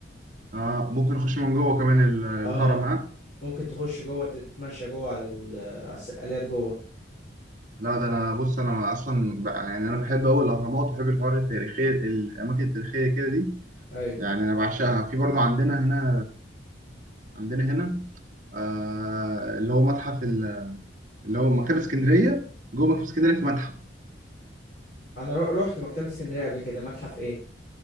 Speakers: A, on the right (about 45°); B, on the left (about 45°).
A: آه ممكن اخش من جوه كمان ال- الهرم
B: اه
A: ها
B: ممكن تخش جوه تتمشى جوه على ال- على السقالات جوه
A: لا ده انا بص انا اصلا بقى- يعني انا بحب قوي الاهرامات وبحب الحوار التاريخية الاماكن التاريخية كده دي
B: ايوه
A: يعني انا بعشقها في برضه عندنا هنا آه، عندنا هنا آه، اللي هو متحف ال- اللي هو مكتبة اسكندرية جوه مكتبة اسكندرية في متحف
B: انا رو- روحت مكتبة اسكندرية قبل كده متحف ايه